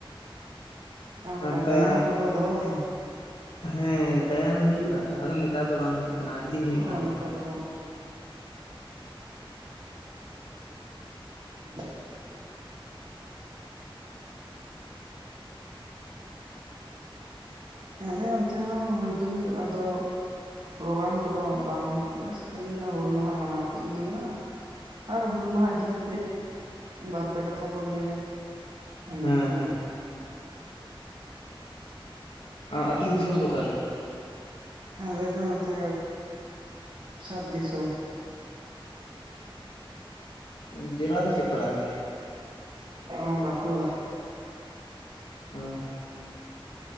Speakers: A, on the right; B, on the left.
A: ᱟᱨ ᱚᱱᱠᱟ
B: ᱟᱛᱟ
A: ᱜᱟᱭᱟᱱ ᱠᱚᱠᱚ ᱫᱚᱦᱚᱭ ᱛᱟᱦᱮᱸᱱᱟ?
B: ᱦᱮᱸ ᱜᱟᱭᱟᱱ ᱦᱩᱭᱩᱜᱼᱟ ᱟᱫᱚ ᱱᱮᱛᱟᱨ ᱫᱚ ᱵᱟᱝ ᱦᱩᱭᱩᱜ ᱠᱟᱱᱟ ᱟᱹᱰᱤ ᱫᱤᱱ ᱦᱩᱭᱩᱜ
A: ᱦᱚᱸ
B: ᱠᱟᱱ
A: ᱱᱮᱛᱟᱨ
B: ᱛᱟᱦᱮᱸᱫ᱾
A: ᱫᱚᱵᱚ ᱦᱚᱸ <inaudible> ᱟᱞᱮ ᱚᱱᱛᱮ ᱦᱚᱸ ᱦᱩᱭ ᱫᱚ ᱦᱩᱭᱩᱜᱼᱟ᱾ ᱟᱫᱚ ᱯᱨᱳᱜᱨᱟᱢ ᱠᱚᱫᱚ ᱵᱟᱝ ᱦ ᱦᱩᱭᱩᱜ ᱜᱮᱭᱟ ᱠᱷᱟᱹᱞᱤ ᱚᱱᱟ ᱦᱩᱞ ᱢᱟᱦᱟ ᱢᱟᱱᱟᱣ ᱛᱮᱜᱮ ᱦᱩᱭᱩᱜᱼᱟ᱾ ᱟᱨ ᱦᱩᱞ ᱢᱟᱦᱟ ᱤᱫᱤ ᱠᱟᱛᱮᱫ ᱵᱟᱨᱯᱮ ᱠᱟᱛᱷᱟ ᱠᱚ ᱞᱟᱹᱭᱟ ᱚᱱᱮ
B: ᱦᱮᱸ
A: ᱠᱚᱜᱮ ᱦᱩᱭᱩᱜᱼᱟ᱾
B: ᱟᱹᱛᱩ ᱫᱤᱥᱚᱢ ᱫᱚ ᱚᱠᱟᱨᱮ
A: ᱟᱞᱮ ᱫᱚ ᱱᱚᱛᱮ ᱥᱟᱛ ᱫᱤᱥᱚᱢ᱾
B: <inaudible> ᱡᱮᱞᱟ ᱫᱚ ᱪᱮᱫ ᱯᱟᱲᱟᱜᱼᱟ
A: ᱚ ᱵᱟᱸᱠᱩᱲᱟ
B: ᱚᱸ